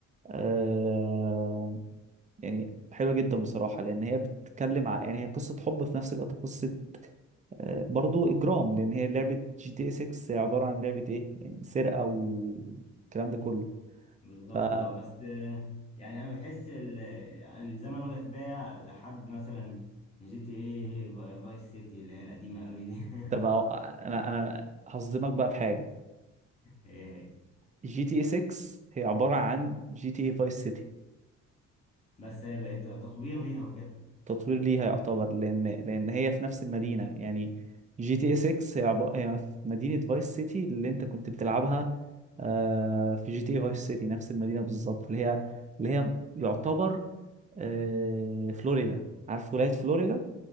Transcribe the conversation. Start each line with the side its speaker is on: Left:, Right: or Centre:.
Right: آه يعني حلوة جدا بصراحة لأن هي بتتكلم ع- يعني هي قصة حب في نفس الوقت قصة آه برضو إجرام لأن هي لعبة جي تي 6 هي عبارة عن لعبة إيه يعني سرقة والكلام ده كله
Left: بالظبط
Right: فتبقى
Left: اه بس آه، يعني انا بحس ال- يعني الزمن وقف بيا لحد مثلا جي تي ايه فايس سيتي اللي هي القديمة قوي دي
Right: أنا
Left: <laughs>
Right: أنا هصدمك بقى في حاجة
Left: إيه،
Right: جي تي 6 هي عبارة عن جي تي إيه فايس سيتي
Left: بس بقت تطوير ليها وكده
Right: تطوير ليها يعتبر لان لان هي في نفس المدينه يعني جي تي اي 6 هي عب- هي في مدينه فايس سيتي اللي انت كنت بتلعبها آه، في جي تي اي فايس سيتي نفس المدينه بالظبط اللي هي اللي هي يعتبر آه، فلوريدا عارف ولايه فلوريدا